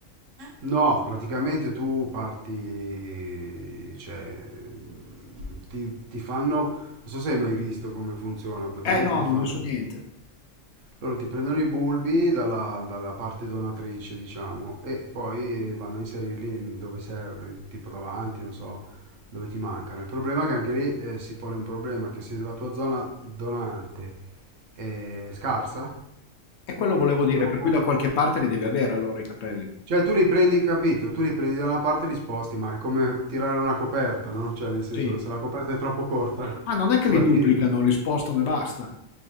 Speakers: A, on the right; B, on the left.
A: No, praticamente tu parti, cioè, mh, ti, ti fanno, non so se hai mai visto come funziona, praticamente
B: Eh no,
A: ti
B: non
A: fanno,
B: ne so niente.
A: loro ti prendono i bulbi dalla, dalla parte donatrice, diciamo, e poi vanno a inserirli in dove serve, tipo davanti, non so, dove ti mancano. Il problema è che anche lì eh, si pone un problema, che se la tua zona donante è scarsa,
B: E quello volevo
A: tu
B: dire,
A: dopo...
B: per cui da qualche parte li devi avere allora i capelli.
A: Cioè tu li prendi, capito? Tu li prendi da una parte e li sposti, ma è come tirare una coperta, no? Cioè nel senso,
B: Sì.
A: se la coperta è troppo corta,
B: Ah,
A: <laughs>
B: non è che
A: tu
B: li
A: la
B: duplicano,
A: tiri.
B: li spostano e basta.